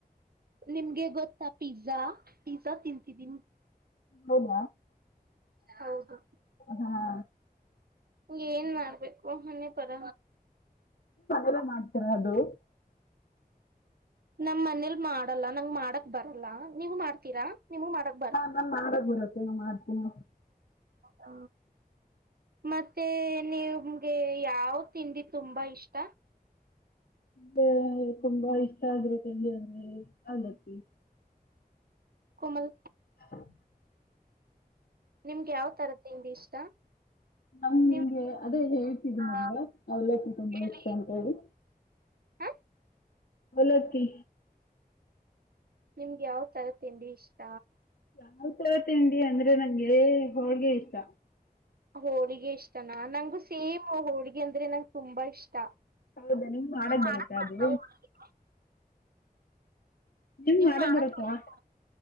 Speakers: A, on the right; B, on the left.
A: ನಿಮ್ಗೆ ಗೊತ್ತಾ ಪಿಜ್ಜಾ ಪಿಜ್ಜಾ ತಿಂತಿದೀನಿ
B: ಹೌದ
A: ಹೌದು
B: ಹಾ
A: ಏನ್ ಮಾಡ್ಬೇಕು ಹೆ ಪರ
B: ಅವ್ರು ಮಾಡ್ತೀರಾದು.
A: ನಮ್ ಮನೇಲ್ ಮಾಡಲ್ಲ ನಂಗ್ ಮಾಡಕ್ ಬರಲ್ಲ ನೀವು ಮಾಡ್ತೀರಾ ನೀವು ಮಾಡಕ್ --
B: ಹಾ ನಾನ್ಗ್ ಮಾಡಕ್ ಬರುತ್ತೆ ನಾ ಮಾಡ್ತೀನಿ.
A: ಹೌದ. ಮತ್ತೆ ನಿಮ್ಗೆ ಯಾವ್ ತಿಂಡಿ ತುಂಬಾ ಇಷ್ಟ.
B: ನನ್ಗೆ ತುಂಬಾ ಇಷ್ಟ ಆಗಿರೊ ತಿಂಡಿ ಅಂದ್ರೆ <unintelligible>
A: ಕಮಲ್
B: <unintelligible>
A: ನಿಮ್ಗೆ ಯಾವ್ತರ ತಿಂಡಿ ಇಷ್ಟ.
B: ನಮ್ಗೆ
A: ನಿಮ್
B: ಅದೇ ಹೇಳ್ತಿದ್
A: ಆ
B: ನಲ್ವ ಅವಲಕ್ಕಿ ತುಂಬಾ
A: ಹೇಳಿ
B: ಇಷ್ಟ ಅಂತೇಳಿ.
A: ಹ
B: ಅವಲಕ್ಕಿ
A: ನಿಮ್ಗೆ ಯಾವ್ ತರ ತಿಂಡಿ ಇಷ್ಟ.
B: ಯಾವ್ ತರ ತಿಂಡಿ ಅಂದ್ರೆ ನಂಗೆ ಹೋಳ್ಗೆ ಇಷ್ಟ.
A: ಹೋಳಿಗೆ ಇಷ್ಟನಾ ನಂಗು ಸೇಮ್ ಹೋಳಿಗೆ ಅಂದ್ರೆ ನಂಗ್ ತುಂಬಾ ಇಷ್ಟ.
B: ಹೌದಾ ನಿಮ್ಗ್ ಮಾಡಕ್
A: ನೀವ್
B: ಬರುತ್ತ
A: ಬರ್ತಾ
B: ಅದು.
A: ಹೋಳಿಗೆ
B: ನಿಮ್ಗ್
A: ನೀವ ಮಾಡಕ್
B: ಬರುತ್ತಾ
A: ಬರುತ್ತ